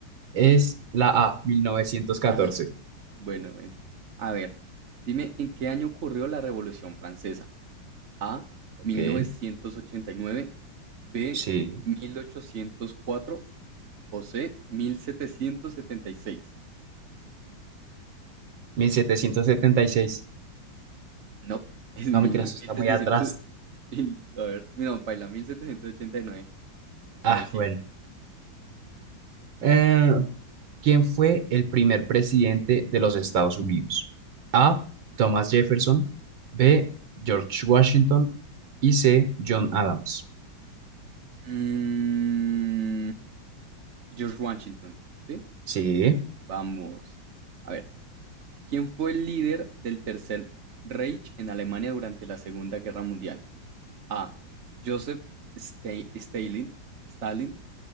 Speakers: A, on the right; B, on the right.
A: Es la A, mil novecientos catorce,
B: Ah, bueno, bueno. A ver, dime, ¿en qué año ocurrió la Revolución Francesa? A,
A: Ok.
B: 1989, B,
A: Sí.
B: 1804 o C, 1776.
A: mil setecientos setenta y seis.
B: Nope, <laughs> es mil-
A: No, mentira, eso está
B: 1700.
A: muy atrás.
B: mil- a ver, no, paila, 1789. A
A: Ah,
B: ver, sigue.
A: bueno. Eh, ¿quién fue el primer presidente de los Estados Unidos? A, Thomas Jefferson. B, George Washington. Y C, John Adams.
B: Mm, George Washington, ¿sí?
A: Sí,
B: Vamos. A ver, ¿quién fue el líder del Tercer Reich en Alemania durante la Segunda Guerra Mundial? A. Joseph Sta- Stalin, Stalin,